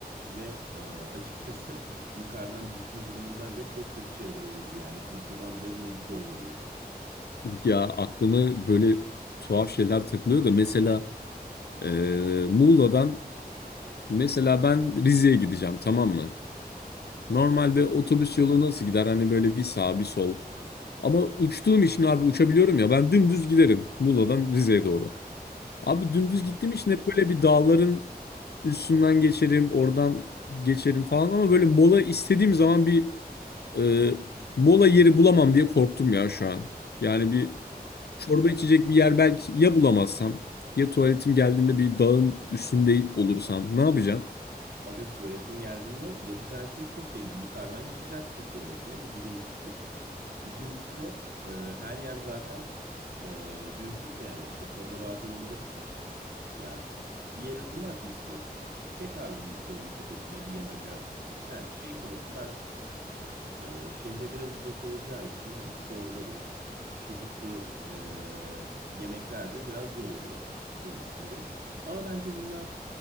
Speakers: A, on the right; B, on the left.
A: Ve e, açıkçası <laughs> yukarıdan düşme durumunda aga çok kötü şeyler olurdu yani. Kurtulman bile bir mucize olurdu.
B: Ya aklımı böyle tuhaf şeyler takılıyor da mesela e, Muğla'dan mesela ben Rize'ye gideceğim tamam mı? Normalde otobüs yolu nasıl gider? Hani böyle bir sağ bir sol. Ama uçtuğum için abi uçabiliyorum ya ben dümdüz giderim Muğla'dan Rize'ye doğru. Abi dümdüz
A: E,
B: gittiğim için hep böyle bir dağların üstünden geçerim, oradan geçerim falan ama böyle mola istediğim zaman bir Ee, mola yeri bulamam diye korktum ya şu an. Yani bir çorba içecek bir yer belki ya bulamazsam ya tuvaletim geldiğinde bir dağın üstünde olursam ne yapacağım?
A: Aga tuvaletin geldiğinde yapacağın şey çok belli. Yukarıdan yapacaksın tuvaletini. Bu birincisi. İkincisi de e, her yer zaten e, düzlük yani. O konuda rahat olabilirsin. Ya bir yere durmak mı istiyorsun? Çek abi bir dağın tepesine bir yamaca. He, şey konusunda haklısın. Ee, şehre biraz uzak olacağı için hani çorbadır, çeşitli e, yemeklerdir biraz zor oluyor bulmak tabii. Ama bence bunlar